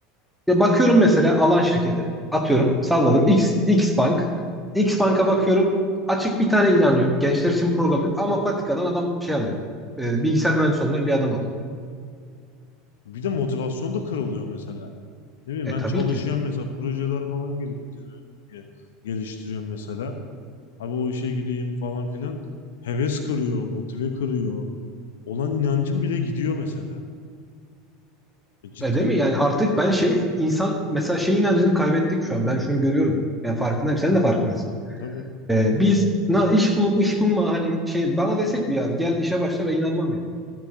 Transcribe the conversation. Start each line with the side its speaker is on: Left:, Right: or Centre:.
Centre: Ya bakıyorum mesela alan şirkete atıyorum salladım X, X Bank. X Bank'a bakıyorum açık bir tane ilan yok. Gençler için program yok ama patikadan adam şey alıyor. E, bilgisayar mühendisi olmayan bir adam alıyor.
Left: Bir de motivasyon da kırılıyor mesela. Ne bileyim
Centre: E
Left: ben
Centre: tabii
Left: çalışıyorum
Centre: ki.
Left: mesela projeler falan geliştiriyorum, ge- geliştiriyorum mesela. Abi o işe gireyim falan filan. Heves kırıyor, motive kırıyor. Olan inancım bile gidiyor mesela. E cidden
Centre: E değil mi? Yani artık ben şey insan mesela şey inancını kaybettik şu an. Ben şunu görüyorum. Yani farkındayım. Sen de farkındasın.
Left: tabii.
Centre: E, biz na, iş bulup iş bulma hani şey bana desek bir yer gel işe başla ben inanmam ya.